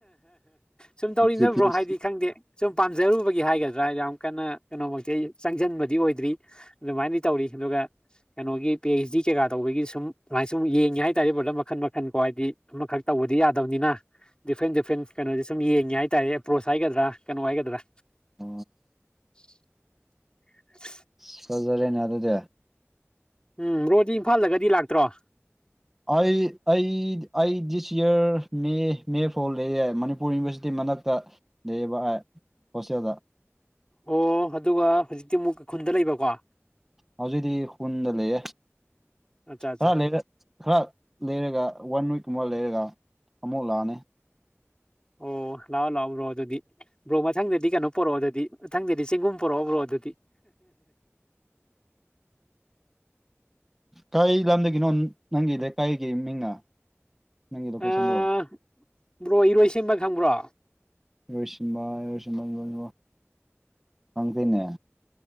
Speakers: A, on the left; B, in the centre.
A: ꯁꯨꯝ ꯇꯧꯔꯤꯅꯕ
B: ꯌꯨ ꯄꯤ
A: ꯭ꯔꯣ
B: ꯑꯦꯁ
A: ꯍꯥꯏꯗꯤ
B: ꯁꯤ
A: ꯈꯪꯗꯦ ꯁꯨꯝ ꯄꯥꯝꯖꯔꯨꯕꯒꯤ ꯍꯥꯏꯒꯗ꯭ꯔꯥ ꯌꯥꯝ ꯀꯟꯅ ꯀꯩꯅꯣꯃꯛꯇꯤ ꯆꯪꯁꯤꯟꯕꯗꯤ ꯑꯣꯏꯗ꯭ꯔꯤ ꯑꯗꯨꯃꯥꯏꯅꯗꯤ ꯇꯧꯔꯤ ꯑꯗꯨꯒ ꯀꯩꯅꯣꯒꯤ ꯄꯤ ꯑꯩꯩꯆ ꯗꯤ ꯀꯩꯀꯥ ꯇꯧꯕꯒꯤ ꯁꯨꯝ ꯁꯃꯥꯏ ꯁꯨꯝ ꯌꯦꯡꯉꯦ ꯍꯥꯏꯇꯥꯔꯦ ꯕꯣꯂꯞ ꯃꯈꯟ ꯃꯈꯟꯀꯣ ꯍꯥꯏꯗꯤ ꯑꯃꯈꯛ ꯇꯧꯕꯗꯤ ꯌꯥꯗꯕꯅꯤꯅ ꯗꯤꯐ꯭ꯔꯦꯟ ꯗꯤꯐ꯭ꯔꯦꯟ ꯀꯩꯅꯣꯗꯤ ꯁꯨꯝ ꯌꯦꯡꯉꯦ ꯍꯥꯏꯇꯥꯔꯦ ꯄ꯭ꯔꯣꯁ ꯍꯥꯏꯒꯗ꯭ꯔꯥ ꯀꯩꯅꯣ ꯍꯥꯏꯒꯗ꯭ꯔꯥ
B: ꯑ
A: <inaudible> <inaudible>
B: <inaudible> ꯁꯖꯔꯦꯅ ꯑꯗꯨꯗꯌꯥ
A: ꯎꯝ ꯔꯣꯗꯤ ꯏꯝꯐꯥꯜꯗꯒꯗꯤ ꯂꯥꯛꯇ꯭ꯔꯣ
B: ꯑꯩ ꯑꯩ ꯗꯤꯁ ꯌꯔ ꯃꯦ ꯃꯦ ꯐꯥꯎ ꯂꯩꯦ ꯃꯅꯤꯄꯨꯔ ꯌꯨꯅꯤꯚꯔꯁꯤꯇꯤ ꯃꯅꯥꯛꯇ ꯂꯩꯕ ꯍꯣꯁꯇꯦꯜꯗ
A: ꯑꯣ ꯑꯗꯨꯒ ꯍꯧꯖꯤꯛꯇꯤ ꯑꯃꯨꯛ ꯀꯈꯨꯟꯗ ꯂꯩꯕꯀꯣ
B: ꯍꯧꯖꯤꯗꯤ ꯈꯨꯨꯟꯗ ꯂꯩ
A: ꯑꯠꯆꯥ ꯑꯠꯆꯥ
B: ꯍꯥ ꯂꯩꯔ ꯍꯥ ꯂꯩꯔꯒ ꯋꯥꯟ ꯋꯤꯛꯀꯨꯝꯕ ꯂꯩꯔꯒ ꯑꯃꯨꯛ ꯂꯥꯛꯑꯅꯤ
A: ꯑꯣ ꯂꯥꯎ ꯂꯥꯎ ꯍ ꯑꯗꯨꯗꯤ ꯕ꯭ꯔꯣ ꯃꯊꯪꯗꯗꯤ ꯀꯩꯅꯣ ꯄꯣꯔꯛꯑꯣꯗꯗꯤ ꯊꯪꯗꯦꯗꯤ ꯆꯦꯡꯒꯨꯝ ꯄꯨꯣꯔꯛꯑꯕ꯭ꯔꯣ ꯑꯗꯨꯗꯤ <inaudible>
B: ꯀꯩ ꯂꯝꯗꯒꯤꯅꯣ ꯅꯪꯒꯤ ꯂꯩꯀꯥꯏꯒꯤ ꯃꯤꯡꯅ ꯅꯪꯒꯤ ꯂꯣꯀꯦꯁꯟꯗꯣ
A: ꯑ ꯕ꯭ꯔꯣ ꯏꯔꯣꯏ ꯁꯦꯝꯕ ꯈꯪꯕ꯭ꯔꯣ
B: ꯏꯔꯣꯏꯁꯤꯟꯕꯥ ꯏꯔꯣꯏꯁꯤꯕ ꯈꯪꯁꯦꯅꯦ